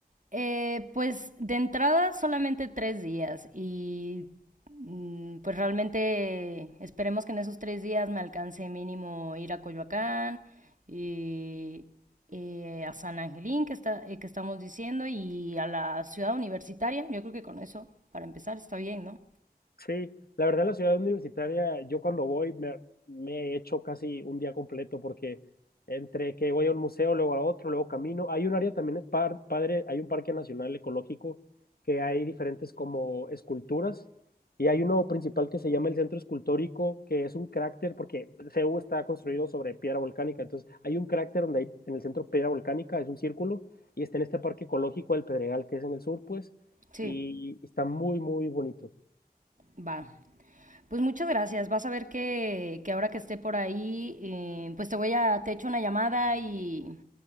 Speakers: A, on the right; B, on the left.
A: Eh, pues de entrada solamente tres días y mm, pues realmente esperemos que en esos tres días me alcance mínimo ir a Coyoacán y eh, a San Angelín que, está, eh, que estamos diciendo y a la ciudad universitaria. Yo creo que con eso, para empezar, está bien, ¿no?
B: Sí, la verdad la ciudad universitaria, yo cuando voy me, me echo casi un día completo porque entre que voy a un museo, luego a otro, luego camino, hay un área también es par- padre, hay un parque nacional ecológico que hay diferentes como esculturas y hay uno principal que se llama el Centro Escultórico, que es un cráter porque CU está construido sobre piedra volcánica, entonces hay un cráter donde hay en el centro piedra volcánica, es un círculo y está en este parque ecológico del Pedregal que es en el sur, pues,
A: Sí,
B: y está muy, muy bonito.
A: va. Pues muchas gracias. Vas a ver que, que ahora que esté por ahí, eh, pues te voy a, te echo una llamada y,